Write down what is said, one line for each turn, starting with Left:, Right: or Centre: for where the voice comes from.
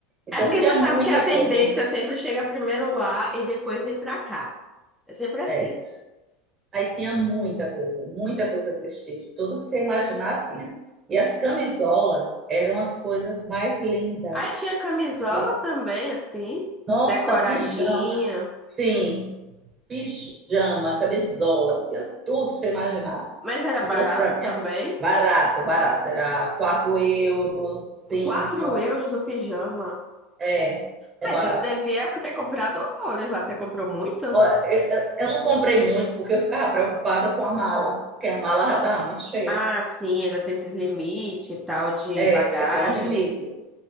Right: Então
Centre: É porque
Right: tinha
Centre: você sabe
Right: muita
Centre: que a tendência
Right: coisa.
Centre: sempre chega primeiro lá e depois vem pra cá. É sempre assim.
Right: É. Aí tinha muita coisa, muita coisa do Stitch. Tudo que você imaginar tinha. E as camisolas eram as coisas mais lindas.
Centre: Aí tinha camisola
Right: Eu,
Centre: também, assim,
Right: Nossa,
Centre: decoradinha,
Right: pijama. Sim, pijama, camisola, tinha tudo, você imaginar.
Centre: mas era
Right: Eu
Centre: barato
Right: trouxe para mim
Centre: também.
Right: barato, barato. Era 4 euros, 5.
Centre: 4 euros o pijama.
Right: É,
Centre: Ah,
Right: é barato.
Centre: então você devia ter comprado horrores lá. Você comprou muitos?
Right: Ó, Eu, eu- eu não comprei muito porque eu ficava preocupada com a mala, porque a mala já estava muito cheia.
Centre: Ah, sim, ainda tem esses limites e tal de bagagem.
Right: É, tem um limite.